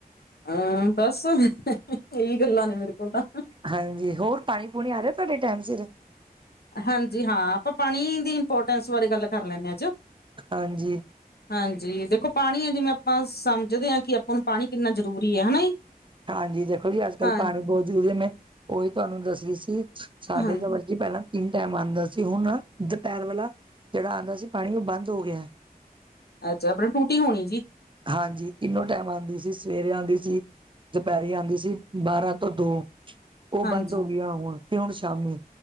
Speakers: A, on the left; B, on the right.
A: ਆਂ ਬਸ, ਇਹੀ ਗੱਲਾਂ ਨੇ ਮੇਰੇ ਕੋਲ ਤਾਂ
B: ਹਾਂਜੀ, ਹੋਰ ਪਾਣੀ-ਪੂਣੀ ਆ ਰਿਹਾ ਏ, ਤੁਹਾਡੇ ਟਾਈਮ ਸਿਰ?
A: ਹਾਂਜੀ ਹਾਂ, ਆਪਾਂ ਪਾਣੀ ਦੀ ਇੰਪੋਰਟੈਂਸ ਬਾਰੇ ਗੱਲ ਕਰ ਲੈਂਨੇ ਆਂ ਅੱਜ
B: ਹਾਂਜੀ
A: ਹਾਂਜੀ, ਦੇਖੋ ਪਾਣੀ ਐ ਜਿਵੇਂ ਆਪਾਂ ਸਮਝਦੇ ਆ ਕਿ ਆਪਾਂ ਨੂੰ ਪਾਣੀ ਕਿੰਨਾ ਜ਼ਰੂਰੀ ਐ ਹਨਾ ਜੀ
B: ਹਾਂਜੀ, ਦੇਖੋ ਜੀ ਅੱਜ ਕੱਲ੍ਹ
A: ਹਾਂ
B: ਪਾਣੀ ਬਹੁਤ ਜ਼ਰੂਰੀ ਐ, ਮੈਂ ਉਹੀ ਤੁਹਾਨੂੰ ਦੱਸ ਰੀ ਸੀ ਸਾਡੇ
A: ਹਾਂ
B: ਤਾਂ ਪਹਿਲਾਂ ਤਿੰਨ ਟਾਈਮ ਆਂਦਾ ਸੀ, ਹੁਣ ਦਪਹਿਰ ਵਾਲਾ ਜਿਹੜਾ ਆਂਦਾ ਸੀ ਪਾਣੀ, ਉਹ ਬੰਦ ਹੋ ਗਿਆ।
A: ਅੱਛਾ, ਆਪਣੇ ਟੂਟੀ ਹੋਣੀ ਜੀ?
B: ਹਾਂਜੀ, ਤੀਣੋ ਟਾਈਮ ਆਂਦੀ ਸੀ ਸਵੇਰੇ ਆਂਦੀ ਸੀ। ਦਪਹਿਰੇ ਆਂਦੀ ਸੀ, ਬਾਰਾਂ ਤੋਂ ਦੋ ਉਹ
A: ਹਾਂਜੀ
B: ਬੰਦ ਹੋ ਗਿਆ ਹੁਣ ਫਿਰ ਹੁਣ ਸ਼ਾਮੀ,